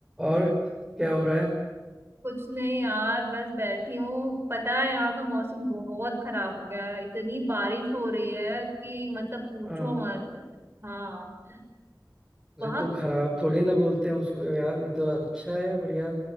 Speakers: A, in the centre; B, on the right (about 35°).
A: और क्या हो रहा है
B: कुछ नहीं यार बस बैठी हूँ पता है यहाँ का मौसम बहुत खराब हो गया है इतनी बारिश हो रही है कि मतलब पूछो
A: हाँ
B: मत हाँ
A: अरे
B: वहाँ
A: तो खराब थोड़ी ना बोलते हैं उसको यार ये तो अच्छा है बढ़िया